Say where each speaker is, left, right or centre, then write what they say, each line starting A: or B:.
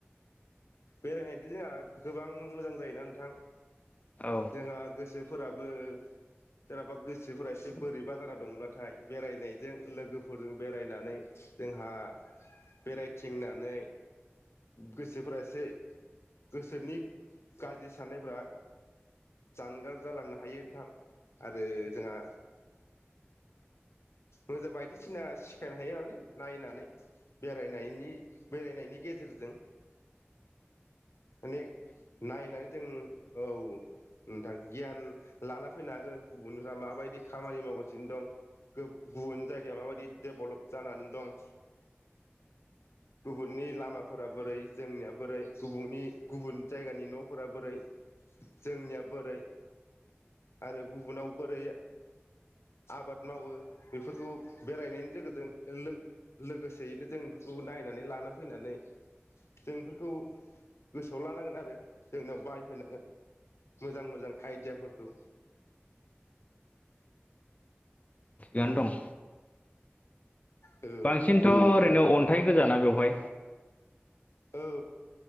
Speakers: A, on the left (about 80°); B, on the left (about 35°).
A: बेरायनायदो जाया गोबां मोजां जायोना नोंथां?
B: औ
A: जोङा गोसोफोराबो सोरहाबा गोसोफोरा एसे बोरैबा जाना दंब्लाथाय बेरायनायजों लोगोफोरजों बेरायनानै जोंहा बेरायथिंनानै गोसोफोरा एस से गोसोनि गाज्रि साननायफोरा जानगार जालांनो हायो नोंथां आरो जोंहा मोजां बायदिसिना सिखायनो हायो आरो ने नायनानै बेरायनायनि बेरायनायनि गेजेरजों माने नायनानै जों औ नोंथां गियान लाना फैनो हागो गुबुनफोरा माबायदि खामानि मावगासिनो दं। गोब गुबुन जायगाया माबायदि डेभलप जानानै दं गुबुननि लामाफोरा बोरै जोंनिया बोरै गुबुनि गुबुन जायगानि न'फोरा बोरै जोंनिया बोरै आरो गुबुनाव बोरै आबाद मावो बेफोरखौ बेरायनायनि जोगोजों लोग लोगोसेयैनो जों बेफोरखौ नायनानै लाना फैनानै जों इफोर खौ गोसोआव लानांगोन आरो जोंनियाव बाहायफैनांगोन मोजां मोजां आइडियाफोरखौ
B: थिगानो दं
A: औ नोंथां
B: बांसिनथ' ओरैनो अन्थाइ गोजाना बेवहाय
A: औ